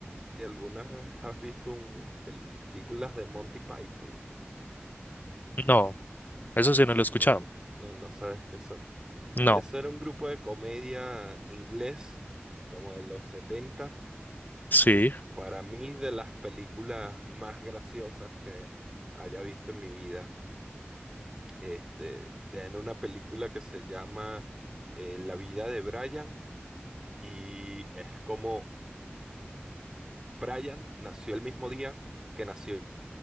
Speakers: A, on the right; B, on the left.
A: ¿Algunas vez has visto un, pel- películas de Monty Python?
B: No, eso sí no lo
A: No,
B: he escuchado.
A: no, no sabes qué es.
B: No,
A: Ese era un grupo de comedia inglés, como de los setenta
B: sí,
A: Para mí, de las películas más graciosas que haya visto en mi vida, este, tiene una película que se llama eh, La vida de Brian y es como Brian nació el mismo día que nació